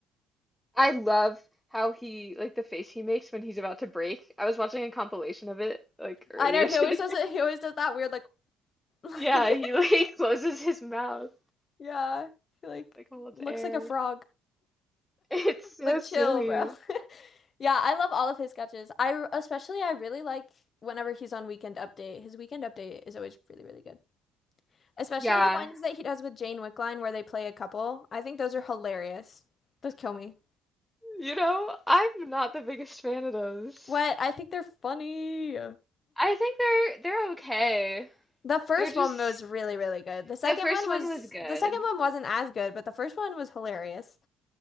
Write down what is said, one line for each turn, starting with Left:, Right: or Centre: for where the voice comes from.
Centre: I love how he like the face he makes when he's about to break. I was watching a compilation of it like earlier
Left: I know he
Centre: <laughs> today.
Left: always does it. He always does that weird like <laughs> like
Centre: Yeah, he like <laughs> closes his mouth,
Left: yeah. He like
Centre: like holds
Left: looks
Centre: air.
Left: like a frog.
Centre: It's so
Left: Like
Centre: silly.
Left: chill, bro. <laughs> Yeah, I love all of his sketches. I especially I really like whenever he's on Weekend Update. His Weekend Update is always really, really good. Especially
Centre: Yeah.
Left: the ones that he does with Jane Wickline where they play a couple. I think those are hilarious. Those kill me.
Centre: You know, I'm not the biggest fan of those.
Left: What? I think they're funny.
Centre: I think they're they're okay.
Left: The first
Centre: They're just
Left: one was really, really good. The second
Centre: the first
Left: one
Centre: one
Left: was
Centre: was good.
Left: the second one wasn't as good, but the first one was hilarious.